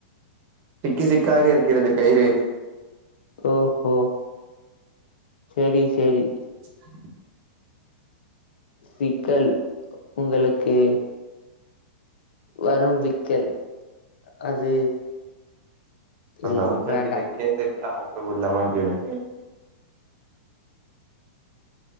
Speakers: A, on the right (about 40°); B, on the left (about 75°).
A: சிக்கு சிக்காக இருக்கிறது கயிறு
B: ஓஹோ செரி சேரி
A: <inaudible>
B: விக்கல் உங்களுக்கு வரு விக் கல் அது
A: அந்த
B: இல்லை
A: அங்கிள்
B: வேண்டாம்.
A: கிட்ட கேட்டுட்டு அங்க போய் வுட்லாமான் கேளு